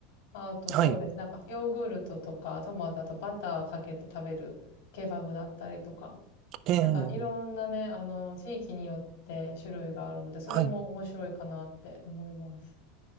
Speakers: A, on the left (about 75°); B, on the right (about 45°).
A: あと、そうです。
B: はい、
A: なんか、ヨーグルトとか、トマトとバターかけて食べるケバブだったりとか、
B: ええ、
A: なんか、いろんなね、あの、地域によって種類があるので、それも面白いかなって思います。
B: はい。